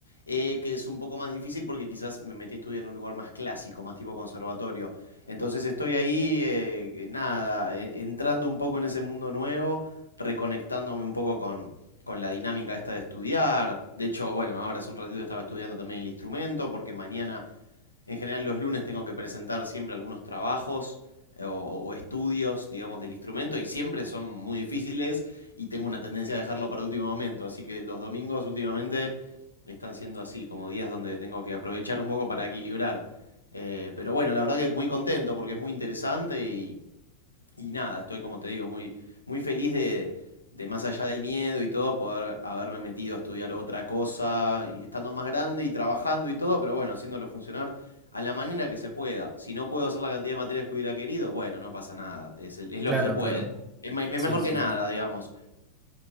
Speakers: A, on the left; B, on the right.
A: eh, que es un poco más difícil porque quizás me metí a estudiar en un lugar más clásico, más tipo conservatorio. Entonces estoy ahí, eh, eh, nada, e- entrando un poco en ese mundo nuevo, reconectándome un poco con, con la dinámica esta de estudiar. De hecho, bueno, ahora hace un ratito estaba estudiando también el instrumento porque mañana en general los lunes tengo que presentar siempre algunos trabajos eh, o, o estudios, digamos, del instrumento y siempre son muy difíciles y tengo una tendencia a dejarlo para último momento. Así que los domingos últimamente están siendo así, como días donde tengo que aprovechar un poco para equilibrar. Eh, pero bueno, la verdad que muy contento porque es muy interesante y, y nada, estoy como te digo, muy, muy feliz de, de más allá del miedo y todo, poder haberme metido a estudiar otra cosa y estando más grande y trabajando y todo, pero bueno, haciéndolo funcionar a la manera que se pueda. Si no puedo hacer la cantidad de materias que hubiera querido, bueno, no pasa nada, es, el- es lo
B: claro,
A: que se puede.
B: claro.
A: Es, me- es
B: Sí,
A: mejor
B: sí.
A: que nada, digamos.